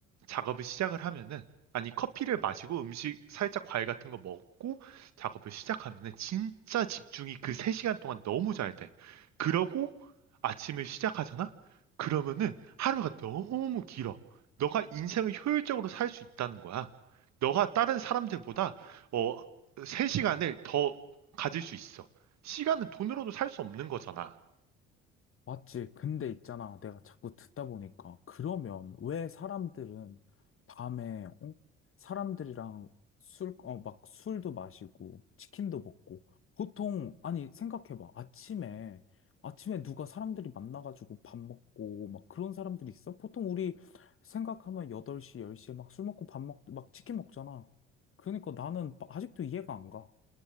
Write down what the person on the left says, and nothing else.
맞지. 근데 있잖아. 내가 자꾸 듣다 보니까. 그러면 왜 사람들은 밤에, 어? 사람들이랑 술, 어, 막 술도 마시고, 치킨도 먹고. 보통, 아니, 생각해봐. 아침에, 아침에 누가 사람들이 만나가지고 밥 먹고, 막 그런 사람들이 있어? 보통 우리 생각하면 8시, 10시에 막 술 먹고 밥 먹, 막 치킨 먹잖아. 그러니까 나는 바- 아직도 이해가 안 가.